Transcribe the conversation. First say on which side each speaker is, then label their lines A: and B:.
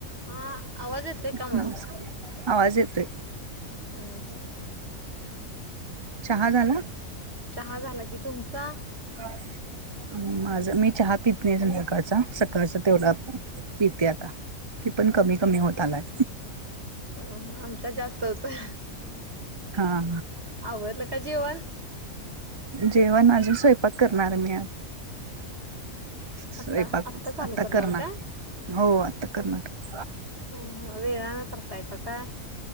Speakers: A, on the right; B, on the right.
A: हा आवाज येते का म्हणता?
B: नमस्कार आवाज येतोय
A: नाही.
B: चहा झाला?
A: चहा झाला की तुमचा?
B: बास. माझ मी चहा पित नाही संध्याकाळचा, सकाळचा तेवढा पिते आता. ते पण कमी-कमी होत आलाय.
A: हा हाआमचा जास्त होतं
B: हा
A: आवरलं का जेवाण?
B: जेवण अजून स्वयंपाक करणार आहे मी आज. स्वयंपाक
A: आता आत्ता चालू
B: आता करणार.
A: काय?
B: हो आता कर्नाटक.
A: हं हं वेळानं करताय का काय?